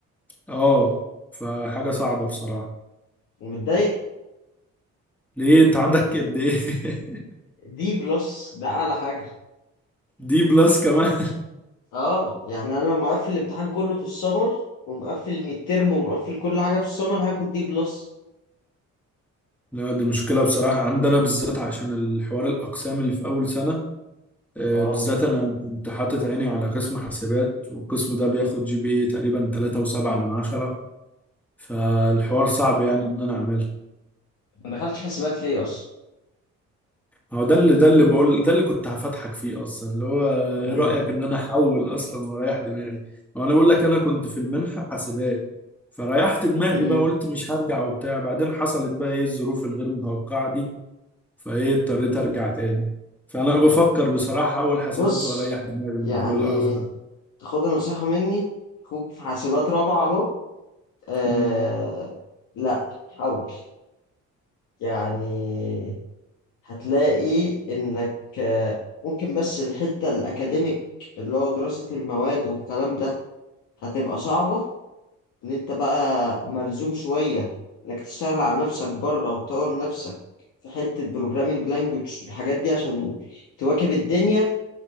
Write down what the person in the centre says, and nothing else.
اه فحاجه صعبه بصراحه
ليه انت عندك قد ايه <laughs>
دي بلس كمان
لا دي مشكله بصراحه عندنا بالذات عشان الحوار الاقسام اللي في اول سنه آه،
بالذات انا كنت حاطط عيني على قسم حاسبات والقسم ده بياخد جي بي اي تقريبا 3.7 من عشرة فالحوار صعب يعني ان انا اعمله
هو ده اللي ده اللي بقول ده اللي كنت هفتحك فيه اصلا اللي هو
ايه رايك ان انا احول اصلا واريح دماغي هو انا بقول لك انا كنت في المنحه حاسبات فريحت دماغي
بقى قلت مش هرجع وبتاع بعدين حصلت بقى ايه الظروف الغير متوقعه دي فايه اضطريت ارجع تاني فانا بفكر بصراحه احول حاسبات
واريح دماغي من
كل القرف
ده